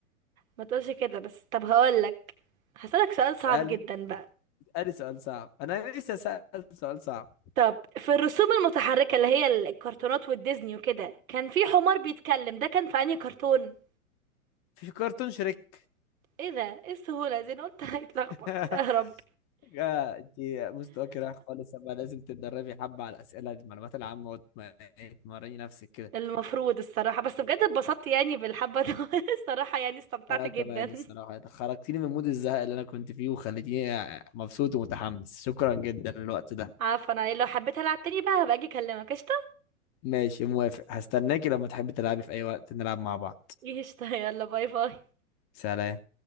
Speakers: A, on the right; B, on the left.
A: ما تقولش كده بس طب هقولك هسألك سؤال
B: اسالي
A: صعب جدا بقى
B: اسالي سؤال صعب انا لسه سأل سؤال صعب
A: طب في الرسوم المتحركة اللي هي الكرتونات والديزني وكده كان في حمار بيتكلم ده كان في انهي كرتون
B: في كرتون شريك
A: ايه ده ايه السهولة دي انا قلت <laughs> هيتلخبط
B: <laughs>
A: يا رب
B: يا انت مستواك رايح خالص اما لازم تتدربي حبة على الأسئلة دي، المعلومات العامة وتم- وتمرني نفسك كده
A: المفروض الصراحة بس بجد اتبسطت يعني بالحبة دي <laughs> الصراحة يعني استمتعت
B: انا
A: جدا
B: كمان الصراحة خرجتيني من مود الزهق اللي انا كنت فيه وخليتيني مبسوط ومتحمس شكرا جدا للوقت ده
A: عفوا انا لو حبيت العب تاني بقى هبقى اجي اكلمك قشطة
B: ماشي موافق هستناكي لما تحبي تلعبي في اي وقت نلعب مع بعض
A: قشطة يلا باي باي
B: سلام